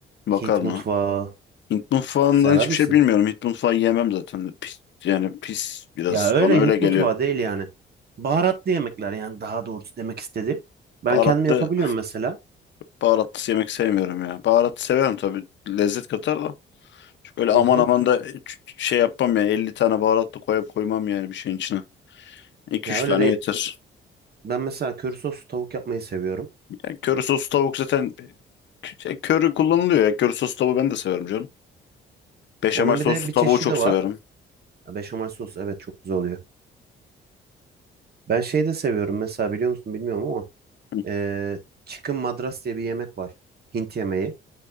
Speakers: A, on the left (about 65°); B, on the right (about 50°).
A: makarna.
B: Hint mutfağı
A: Hint mutfağından
B: sever
A: hiçbir
B: misin?
A: şey bilmiyorum. Hint mutfağı yemem zaten. Pis, yani pis biraz.
B: Ya öyle
A: Bana öyle
B: Hint
A: geliyor.
B: mutfağı değil yani. Baharatlı yemekler yani daha doğrusu demek istedim. Ben
A: Baharatlı,
B: kendim yapabiliyorum mesela.
A: baharatlı yemek sevmiyorum ya. Baharatlı severim tabii. Lezzet katar da. Çok öyle aman
B: Hı hı.
A: aman da ç- şey yapmam ya. 50 tane baharatlı koyup koymam yani bir şeyin içine. 2
B: Ya
A: üç
B: öyle
A: tane
B: değil.
A: yeter.
B: Ben mesela köri soslu tavuk yapmayı seviyorum.
A: Yani köri soslu tavuk zaten kö- köri kullanılıyor ya. Köri soslu tavuğu ben de severim canım. Beşamel
B: Onun
A: soslu
B: bir de bir
A: tavuğu
B: çeşidi
A: çok severim.
B: var. Ha, Beşamel sos evet çok güzel oluyor. Ben şey de seviyorum mesela biliyor musun bilmiyorum ama
A: Hı.
B: eee chicken madras diye bir yemek var. Hint yemeği.